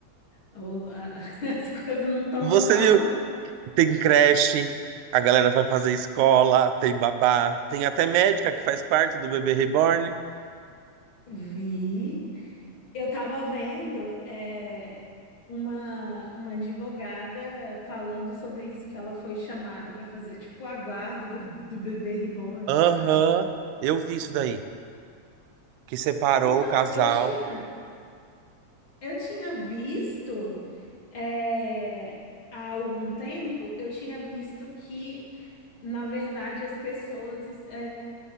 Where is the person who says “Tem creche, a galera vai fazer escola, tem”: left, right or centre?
Right